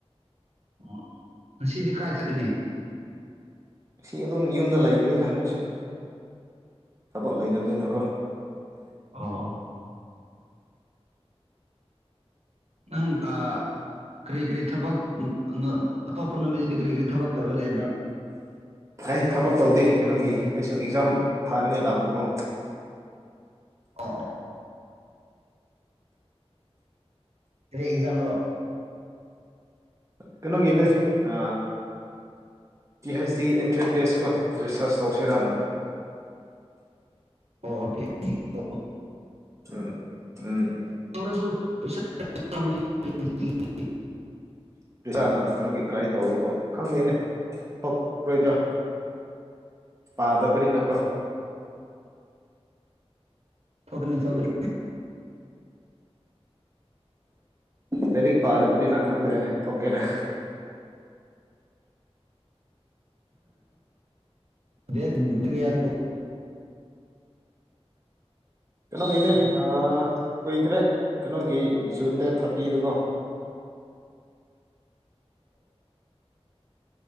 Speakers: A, on the right; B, on the right.
A: ꯑꯣ ꯉꯁꯤꯗꯤ ꯀꯥꯏ ꯆꯠꯀꯅꯤ
B: ꯉꯁꯤ ꯑꯗꯨꯝ ꯌꯨꯝꯗ ꯂꯩꯒꯅꯤꯗ ꯑꯩꯁꯨ ꯊꯕꯛ ꯂꯩꯇꯕꯅꯤꯅꯀꯣ
A: ꯑꯣ ꯅꯪ ꯑ ꯀ꯭ꯔꯤ ꯀ꯭ꯔꯤ ꯊꯕꯛ ꯎꯝ ꯑꯉ ꯑꯇꯣꯞꯄ ꯅꯨꯃꯤꯗꯗꯤ ꯀ꯭ꯔꯤ ꯀ꯭ꯔꯤ ꯊꯕꯛ ꯇꯧꯔꯒ ꯂꯩꯕ꯭ꯔꯥ
B: ꯑꯩ ꯊꯕꯛ ꯇꯧꯗꯦ ꯀꯩꯅꯣꯒꯤ ꯑꯩꯁꯨ ꯑꯦꯛꯖꯥꯝ ꯊꯥꯅꯤꯡꯉꯥꯏ ꯂꯥꯛꯄꯀꯣ
A: ꯑꯣ ꯑꯣ ꯀ꯭ꯔꯤ ꯑꯦꯛꯖꯥꯝ ꯔꯣ
B: ꯀꯩꯅꯣꯒꯤꯅꯦ ꯑ ꯄꯤ ꯍꯥꯏꯁ ꯇꯤ ꯑꯦꯟꯊ꯭ꯔꯟ ꯇꯦꯁꯀ ꯔꯤꯁꯥꯔꯁ ꯇꯧꯁꯤꯔꯥꯅ
A: ꯑꯣ ꯑꯣ <unintelligible>
B: ꯎꯝ ꯎꯝ
A: <unintelligible>
B: <unintelligible> ꯀꯩꯅꯣꯒꯤ ꯇ꯭ꯔꯥꯏ ꯇꯧꯕꯀꯣ ꯈꯪꯗꯦꯅꯦ ꯊꯣꯛꯔꯣꯏꯗ꯭ꯔꯥ ꯄꯥꯗꯕꯅꯤꯅꯀꯣ
A: ꯊꯣꯛꯒꯅꯤ ꯊꯣꯛꯒꯅꯤ
B: ꯂꯥꯏꯔꯤꯛ ꯄꯥꯗꯕꯅꯤꯅ ꯈꯪꯗ꯭ꯔꯦꯅꯦ ꯊꯣꯛꯀꯦꯔ
A: ꯗꯦꯠ ꯀꯌꯥꯔꯣ
B: ꯀꯩꯅꯣꯒꯤꯅꯦ ꯑ ꯀꯨꯏꯈ꯭ꯔꯦ ꯀꯩꯅꯣꯒꯤ ꯖꯨꯟ ꯗꯦꯠ ꯊꯥꯔꯇꯤꯗꯀꯣ
A: <inaudible>